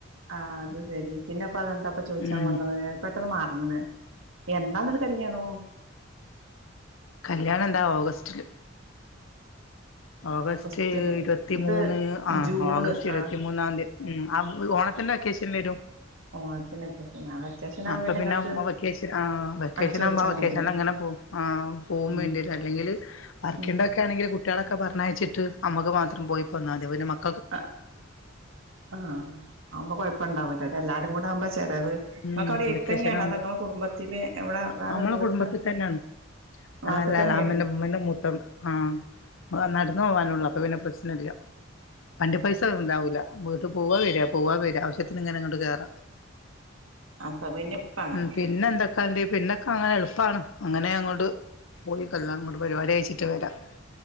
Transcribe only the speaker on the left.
ഉം
കല്യാണം എന്താ ഓഗസ്റ്റില് ഓഗസ്റ്റ്
ഇരുപത്തിമൂന്ന്
ആ
ഓഗസ്റ്റ് ഇരുപത്തിമൂന്നാന്റെ
ഉം ആ ഓണത്തിന്റെ വക്കേഷൻ വരും
അപ്പൊ പിന്നെ
വക്കേഷൻ ആ വെക്കേഷൻ
ആകുമ്പോ വെക്കേഷനിൽ
അങ്ങനെ പോവും ആ പോവുംവേണ്ടിട്ട്
അല്ലെങ്കിൽ വർക്കിണ്ടാക്കെ
ആണെങ്കിൽ കുട്ടികളാ ഒക്കെ പറഞ്ഞയച്ചിട്ട് അമ്മക്ക് മാത്രം പോയി പോന്നാതിയാ <unintelligible>
ഉം
വെക്കേഷൻ ആകുമ്പോ
നമ്മളെ
കുടുംബത്തിൽ തന്നെയാണ് അതല്ല
അമ്മന്റെ ഉമ്മന്റെ മൂത്ത ആഹ് നടന്നു പോകാനുള്ളൂ അപ്പ പിന്നെ പ്രശ്നമില്ല വണ്ടി പൈസ ഉണ്ടാവൂല്ല വീട്ട് പോവ വര്യാ പോവാ വര്യാ ആവശ്യത്തിന് ഇങ്ങനെ ഇങ്ങോട്ട് കേറാം
ഉം പിന്നെ എന്തക്കാണ്ട് പിന്നെ അങ്ങനെ എളുപ്പാണ് അങ്ങനെ അങ്ങോട്ട് പോയി കല്ലാം അങ്ങോട്ട് പരിപാടി അയിച്ചിട്ട് വരാം